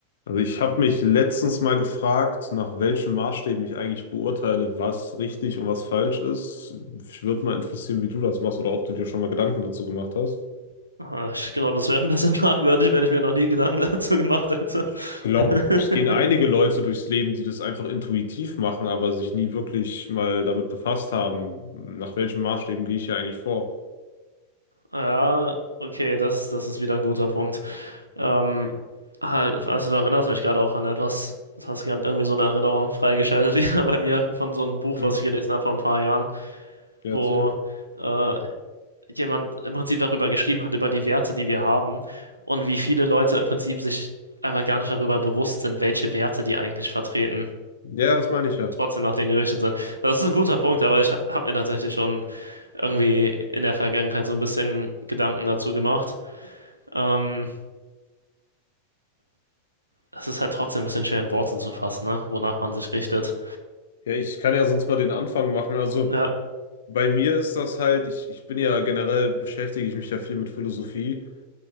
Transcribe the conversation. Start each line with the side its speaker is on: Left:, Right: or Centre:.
Left: Also ich habe mich letztens mal gefragt, nach welchen Maßstäben ich eigentlich beurteile, was richtig und was falsch ist. Ich würde mal interessieren, wie du das machst oder ob du dir schon mal Gedanken dazu gemacht hast.
Right: Ah, Ich glaube, das wäre ein bisschen <laughs> fragwürdig, wenn ich mir noch nie Gedanken dazu gemacht hätte.
Left: Ich glaube,
Right: <laughs>
Left: es gehen einige Leute durchs Leben, die das einfach intuitiv machen, aber sich nie wirklich mal damit befasst haben, nach welchen Maßstäben gehe ich hier eigentlich vor.
Right: Ja, okay, das, das ist wieder ein guter Punkt. Ähm, halt, also du erinnerst mich gerade auch an etwas. Du hast gerade irgendwie so eine Erinnerung freigeschaltet, <laughs> wieder bei mir, von so einem Buch,
Left: Mhm.
Right: was ich gelesen habe vor ein paar Jahren,
Left: Ja,
Right: wo
Left: erzähl.
Right: äh, jemand im Prinzip darüber geschrieben hat, über die Werte, die wir haben und wie viele Leute im Prinzip sich einfach gar nicht darüber bewusst sind, welche Werte die eigentlich vertreten.
Left: Ja, das meine ich ja.
Right: trotzdem nach denen gerichtet sind. Das ist ein guter Punkt, aber ich habe mir tatsächlich schon irgendwie in der Vergangenheit so ein bisschen Gedanken dazu gemacht. Ähm, es ist halt trotzdem ein bisschen schwer in Worte zu fassen, ne? Wonach man sich richtet.
Left: Ja, ich kann ja sonst mal den Anfang machen. Also
Right: Ja,
Left: bei mir ist das halt, ich, ich bin ja generell, beschäftige ich mich ja viel mit Philosophie.